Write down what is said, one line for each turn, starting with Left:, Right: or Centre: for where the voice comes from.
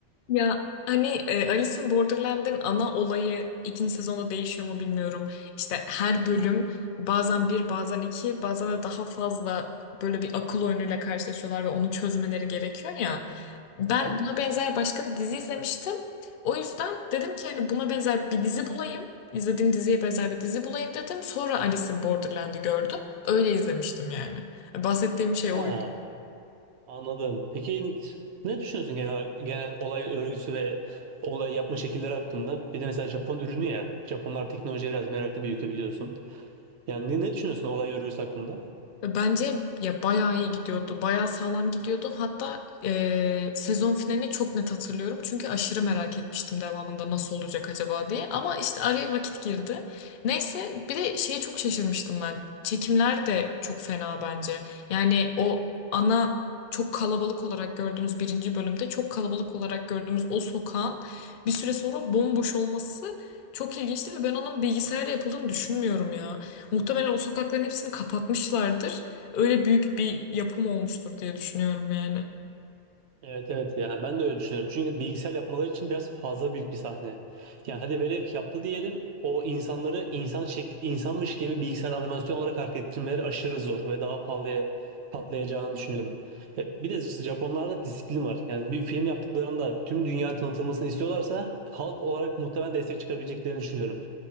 Left: Ya hani e, Alice in Borderland'in ana olayı ikinci sezonda değişiyor mu bilmiyorum. İşte her bölüm bazen bir bazen iki bazen de daha fazla böyle bir akıl oyunuyla karşılaşıyorlar ve onu çözmeleri gerekiyor ya. Ben
Right: Aha.
Left: buna benzer başka bir dizi izlemiştim. O yüzden dedim ki hani buna benzer bir dizi bulayım. İzlediğim diziye benzer bir dizi bulayım dedim. Sonra Alice in Borderland'i gördüm. Öyle izlemiştim yani. Bahsettiğim şey
Right: Ha,
Left: oydu.
Right: anladım. Peki ne düşünüyorsun genel, genel olay örgüsü ve olay yapma şekilleri hakkında? Bir de mesela Japon ürünü ya. Japonlar teknolojiye biraz meraklı bir ülke biliyorsun. Yani ne, ne düşünüyorsun olay örgüsü hakkında?
Left: E, Bence ya bayağı iyi gidiyordu. Bayağı sağlam gidiyordu. Hatta eee, sezon finalini çok net hatırlıyorum. Çünkü aşırı merak etmiştim devamında nasıl olacak acaba diye. Ama işte araya vakit girdi. Neyse bir de şeye çok şaşırmıştım ben. Çekimler de çok fena bence. Yani o ana çok kalabalık olarak gördüğümüz birinci bölümde çok kalabalık olarak gördüğümüz o sokağın bir süre sonra bomboş olması çok ilginçti ve ben onun bilgisayarla yapıldığını düşünmüyorum ya. Muhtemelen o sokakların hepsini kapatmışlardır. Öyle büyük bir yapım olmuştur diye düşünüyorum yani.
Right: Evet evet yani ben de öyle düşünüyorum. Çünkü bilgisayar yapmaları için biraz fazla büyük bir sahne. Yani hadi velev ki yaptı diyelim o insanları insan şekli, insanmış gibi bilgisayar animasyon olarak hareket ettirmeleri aşırı zor ve daha pahalıya patlayacağını düşünüyorum. E, bir de işte Japonlarda disiplin var. Yani bir film yaptıklarında tüm dünyanın tanıtılmasını istiyorlarsa halk olarak muhtemelen destek çıkabileceklerini düşünüyorum.